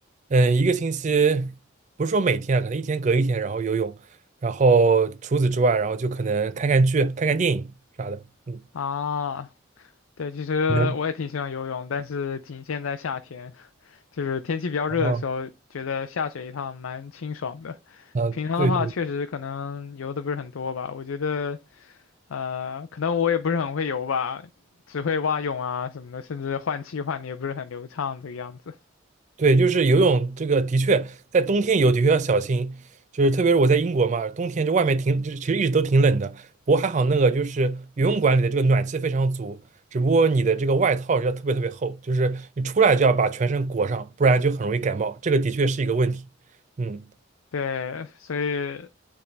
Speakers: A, on the right (about 35°); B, on the left (about 85°).
A: 嗯一个星期，不是说每天啊，可能一天隔一天，然后游泳，然后除此之外，然后就可能看看剧、看看电影啥的。嗯，
B: 啊，对，其实我也挺喜欢游泳，
A: 你呢？
B: 但是仅限在夏天，就是天气比较热的时候，
A: 哦，
B: 觉得下水一趟蛮清爽的。
A: 啊，
B: 平常的话，
A: 对对，
B: 确实可能游的不是很多吧。我觉得，呃，可能我也不是很会游吧，只会蛙泳啊什么的，甚至换气换的也不是很流畅这个样子。
A: 对，就是游泳这个的确在冬天游的确要小心，就是特别是我在英国嘛，冬天就外面挺，就是其实一直都挺冷的。不过还好那个就是游泳馆里的这个暖气非常足，只不过你的这个外套要特别特别厚，就是你出来就要把全身裹上，不然就很容易感冒。这个的确是一个问题。嗯，
B: 对，所以